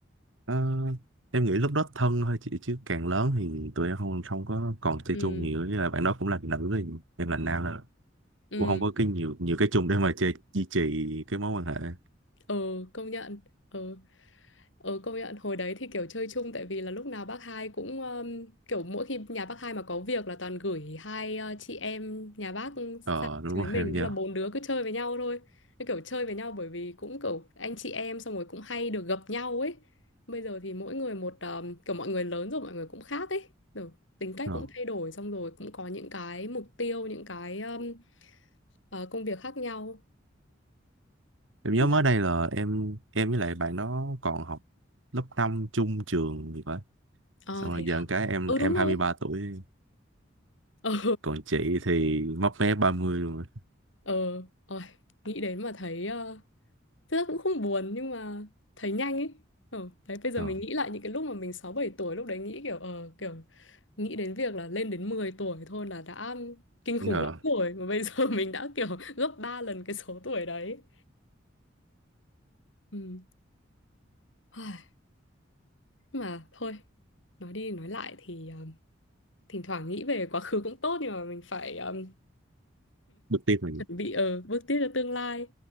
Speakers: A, on the right; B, on the left.
A: Ờ, em nghĩ lúc đó thân thôi chị chứ càng lớn thì tụi em không không có còn chơi
B: Ừ,
A: chung nhiều với là bạn đó cũng là nữ thì em là nam là
B: ừ.
A: cũng không có cái nhiều nhiều cái chung để mà chơi duy trì cái mối quan hệ
B: ờ công nhận ừ ừ công nhận hồi đấy thì kiểu chơi chung tại vì là lúc nào bác hai cũng um, kiểu mỗi khi nhà bác hai mà có việc là toàn gửi hai uh, chị em nhà bác
A: ờ
B: sang
A: đúng
B: chửi
A: rồi
B: mình
A: em nhớ
B: thế là bốn đứa cứ chơi với nhau thôi cứ kiểu chơi với nhau bởi vì cũng kiểu anh chị em xong rồi cũng hay được gặp nhau ấy bây giờ thì mỗi người một um, kiểu mọi người lớn rồi mọi người cũng khác ấy rồi tính cách
A: Ờ.
B: cũng thay đổi xong rồi cũng có những cái mục tiêu những cái um, ờ, công việc khác nhau
A: em
B: không
A: nhớ
B: biết
A: mới
B: là-
A: đây là em em với lại bạn đó còn học lớp 5 chung trường gì vậy
B: ờ
A: xong rồi
B: thế à?
A: giờ cái em
B: ừ
A: em
B: đúng rồi
A: hai mươi ba tuổi
B: <laughs> ừ
A: còn chị thì mấp mé 30 luôn rồi
B: ờ ôi, nghĩ đến mà thấy ờ, thực ra cũng không buồn nhưng mà thấy nhanh ấy ờ, đấy bây giờ
A: ờ
B: mình nghĩ lại những cái lúc mà mình sáu bảy tuổi lúc đấy nghĩ kiểu ờ kiểu nghĩ đến việc là lên đến 10 tuổi thôi là đã kinh khủng
A: Ờ.
B: lắm rồi mà bây giờ <laughs> mình đã kiểu gấp 3 lần cái số tuổi đấy ừ. Ai, mà thôi nói đi nói lại thì ờ, thỉnh thoảng nghĩ về quá khứ cũng tốt nhưng mà mình phải ờ,
A: được tiếp mình
B: chuẩn bị ở bước tiếp cho tương lai